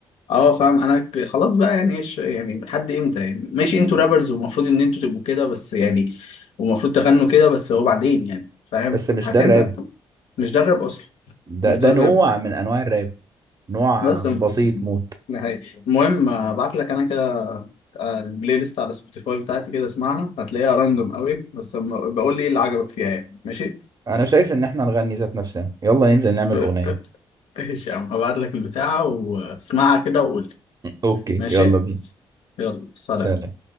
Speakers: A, on the left; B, on the right.
A: اه فاهم انا ك- خلاص بقى يعني ايش يعني لحد امتى يعني ماشي انتوا رابرز ومفروض ان انتوا تبقوا كده بس يعني ومفروض تغنوا كده بس هو بعدين يعني فاهم
B: بس مش
A: هتزهق
B: ده الراب
A: مش ده الراب اصلا
B: ده
A: مش
B: ده
A: ده الراب
B: نوع من أنواع الراب نوع
A: بس
B: بسيط
A: م-
B: موت
A: ده حقيقي. المهم ابعت لك انا كده آه، البلاي ليست على سبوتيفاي بتاعتي كده اسمعها هتلاقيها راندوم قوي بس أما- بقول لي ايه اللي عجبك فيها يعني ماشي
B: أنا شايف إن احنا نغني ذات نفسنا يلا ننزل نعمل
A: <laughs>
B: أغنية
A: ماشي يا عم هبعت لك البتاعة واسمعها كده وقول لي
B: أوكي
A: ماشي
B: يلا بينا
A: يلا سلام
B: سلام